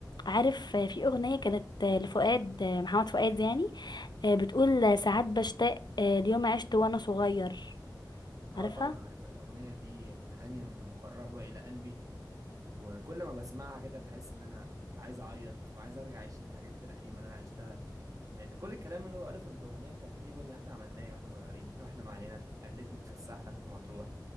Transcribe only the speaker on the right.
اه
طبعا عارفها الاغنيه دي من الاغاني المقربه الى قلبي وكل ما بسمعها كده بحس ان انا عايز اعيط وعايز ارجع اعيش الحاجات القديمه اللي انا عشتها لان كل الكلام اللي هو قاله في الاغنيه تقريبا احنا عملناه واحنا صغيرين رحنا مع عيلتنا قلتنا اتفسحنا في مطروح